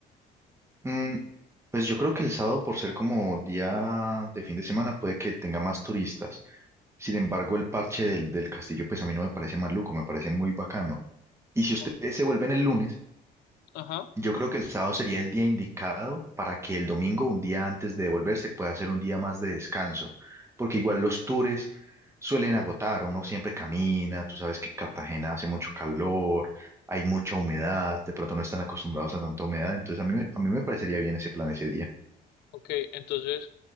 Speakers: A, on the right; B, on the left.
A: Mm, pues yo creo que el sábado, por ser como día de fin de semana, puede que tenga más turistas. Sin embargo, el parche del, del castillo, pues a mí no me parece maluco, me parece muy bacano. Y si ustedes
B: O-
A: se vuelven el lunes,
B: Ajá,
A: yo creo que el sábado sería el día indicado para que el domingo, un día antes de devolverse, pueda ser un día más de descanso. Porque igual los tours suelen agotar, uno siempre camina, tú sabes que Cartagena hace mucho calor, hay mucha humedad, de pronto no están acostumbrados a tanta humedad, entonces a mí, me- a mí me parecería bien ese plan ese día.
B: ok, entonces...